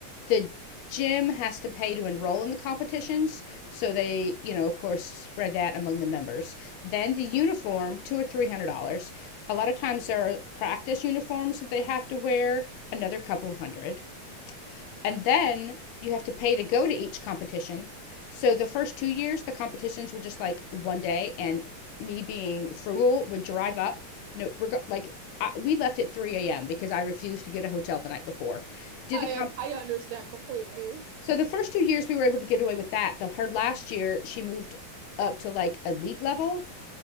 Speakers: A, on the left; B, on the right.
A: the gym has to pay to enroll in the competitions so they you know of course spread that among the members then the uniform two or three hundred dollars a lot of times there are practice uniforms that they have to wear another couple hundred and then you have to pay to go to each competition so the first two years the competitions were just like one day and me being frugal would drive up no reg- like I, we left at 3 a.m because i refused to get a hotel the night before did
B: I
A: the comp
B: I understand completely.
A: so the first two years we were able to get away with that. The, her last year, she moved up to like elite level,